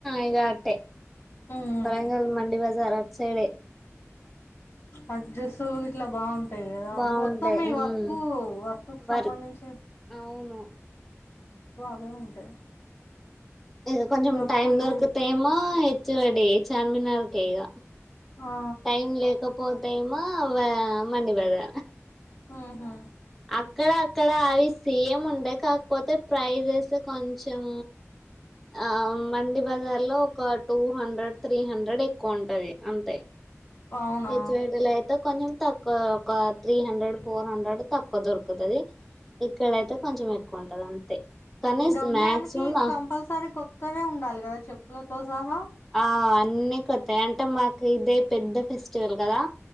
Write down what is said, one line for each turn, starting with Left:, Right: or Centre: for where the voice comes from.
Centre: ఇగ అట్టే
Left: ఊహూ
Centre: వరంగల్ మండి బజార అ చేడే
Left: అడ్రస్లు ఇట్లా బాగుంట ద
Centre: బాగుంటాయి
Left: మొత్తం ఈ
Centre: ఉమ్
Left: వర్క్ వర్క్ కు
Centre: వర్
Left: సంబంధించి
Centre: అవును
Left: ఇకు అవే ఉంటాయి
Centre: ఇక కొంచం
Left: చెప్పులు
Centre: టైమ్ దొరకు తేమా చ్చవాడే చార్మినార్ కేేగా
Left: ఆ
Centre: టైం లేకపోతేఏమో అవ్వ మండిమడు
Left: హుహు
Centre: అక్కడ అక్కడ అవి సేమ్ ఉంటాయి కాకపోతే ప్రైజెస్ కొంచెం ఆ మండి బజార్ లో ఒక టూ హండ్రెడ్ త్రీ హండ్రెడ్ ఎక్కువ ఉంటాది అంతే
Left: అవునా
Centre: ఏచ్ వెడల్ అయితే కొంచెం తక్కు ఒక త్రీ హండ్రెడ్ ఫోర్ హండ్రడ్ తక్కువ దొరకు ఎక్కుతుది ఇక్కడైతే కొంచెం ఎక్కువ ఉంటది అంతే కానీ
Left: ఈ రంజాన్
Centre: మాక్సిమం
Left: కి కంపల్సరి కొ మొత్తమే ఉండాలి కదా చెప్పులతో సహా
Centre: ఆ అన్నీ కొత్తాయి అంటే మాకు ఇదే పెద్ద ఫెస్టివల్ కదా